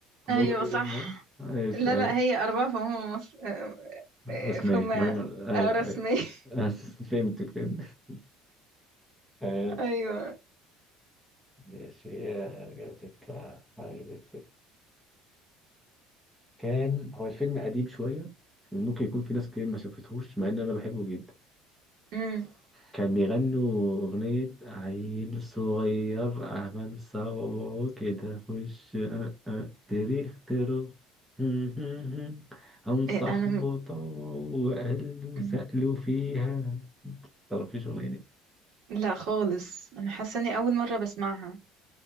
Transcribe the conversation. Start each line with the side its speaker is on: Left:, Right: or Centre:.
Right: ايوه
Centre: زوجة رجل
Right: صح
Centre: مهم ماشي
Right: لا لا
Centre: أيوة
Right: هي أربعة فهم مصر
Centre: رسمية
Right: إيه، فما
Centre: مهمة أيوة
Right: آه، رسمي
Centre: أيوة
Right: <laughs>
Centre: <laughs> فهمتك فهمتك ماشي
Right: ايوه
Centre: ماشي آه، جبتك آه، عجبك. كان هو الفيلم قديم شوية ممكن يكون في ناس كتير ما شافتهوش مع ان انا بحبه جدا
Right: امم
Centre: كان بيغنوا اغنية عيل صغير عمل صوابعه كده خش أه أه تاريخ ترو <laughs> هم صاحبه
Right: إيه انا م...
Centre: طوعه وقلبه
Right: مم.
Centre: سألوا فيها متعرفيش الأغنية دي
Right: لا خالص انا حاسه اني اول مره بسمعها